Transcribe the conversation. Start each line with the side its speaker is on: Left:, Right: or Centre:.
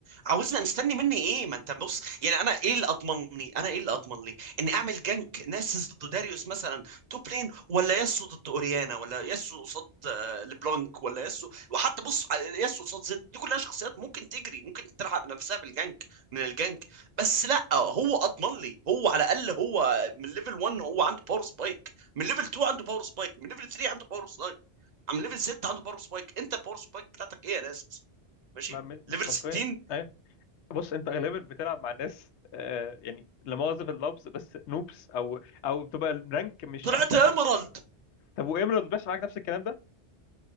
Right: عاوزنا مستني مني ايه ما انت بص يعني انا ايه اللي اضمنني انا ايه اللي اضمن لي اني اعمل جنك ناسس ضد داريوس مثلا توب لين ولا ياسو ضد اوريانا ولا ياسو قصاد آه، لبلانك ولا ياسو وحتى بص على ياسو قصاد زد دي كلها شخصيات ممكن تجري ممكن تلحق نفسها بالجنك من الجنك بس لا هو اضمن لي هو على الاقل هو من ليفل 1 هو عنده باور سبايك من ليفل 2 عنده باور سبايك من ليفل 3 عنده باور سبايك من ليفل 6 عنده باور سبايك انت الباور سبايك بتاعتك ايه يا ناس ماشي
Left: ما مش
Right: ليفل
Left: منطقيه
Right: 60
Left: بص انت غالبا بتلعب مع ناس آه يعني لا مؤاخذه في اللفظ بس نوبس او او بتبقى الرانك مش
Right: طلعت
Left: احسن
Right: ايمرالد
Left: حاجه طب وامرالد بيحصل معاك نفس الكلام ده